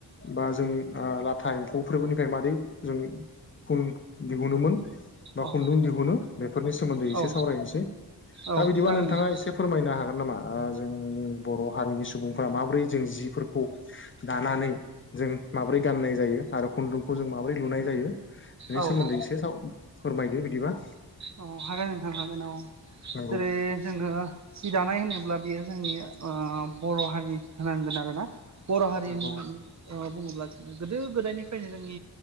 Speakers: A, on the left; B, on the right.
A: बा जों ओ लाथा एम्फौफोरबोनिफ्राय मादै जों खुन दिहुनोमोन। बा
B: औ
A: खुन्दुं दिहुनो बेफोरनि सोमोन्दै एसे
B: औ
A: सावरायनोसै
B: औ
A: दा बिदिबा
B: जागोन
A: नोंथाङा
B: नोंथां
A: एसे से फोरमायनो हागोन नामा आ जों बर' हारिनि सुबुंफ्रा माबोरै जों जिफोरखौ दानानै जों माबोरै गाननाय जायो आरो खुन्दुंखौ जों माबोरै लुनाय जायो। बेनि
B: औ
A: सोमोन्दै
B: औ
A: एसे साव फोरमायदो बिदिबा
B: औ हागोन नोंथां हागोन औ
A: नंगौ
B: जेरै जोङो सि दानाय होनोब्ला बियो जोंनि ओ बर' हारि होनांगोन आरोना बर' हारि
A: नंगौ
B: होननानै ओ बुङोब्ला जोङो गोदो गोदायनिफ्रायनो जोंनि